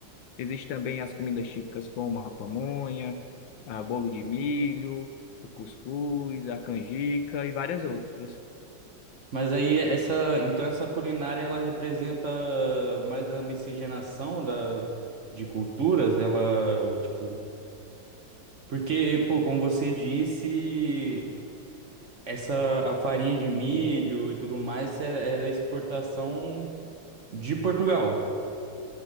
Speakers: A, on the left; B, on the right.
A: Existem também as comidas típicas como a pamonha, a bolo de milho, o cuscuz, a canjica e várias outras.
B: mas aí essa, então essa culinária ela representa mais a miscigenação da, de culturas, ela tipo, porque, pô, como você disse, essa a farinha de milho e tudo mais era era exportação de Portugal.